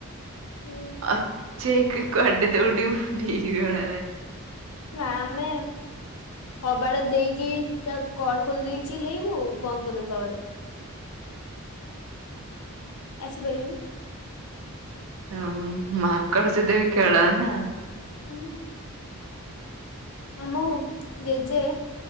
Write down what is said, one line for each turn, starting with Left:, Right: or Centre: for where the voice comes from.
Left: ହୁଁ
Right: ଅଛି। କୁଆଡେ ଦୌଡିବୁ ଠିକ ଜଣାନାହିଁ।
Left: ନା ଆମେ କବାଟ ଦେଇକି ତା କବାଟ ଖୋଲି ଦେଇଛି ଚିଲେଇବୁ ବନ୍ଦ କରିଦବୁ କବାଟକୁ ଆସିପାରିବନି।
Right: ହ ମାଙ୍କଡ଼ ସହିତ ବି ଖେଳ ନା
Left: ହୁଁ। ଆମ ଜେଜେ